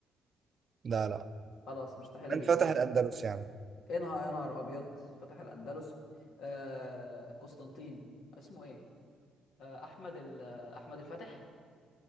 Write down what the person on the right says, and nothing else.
لا لا
من فتح
الأندلس يا عم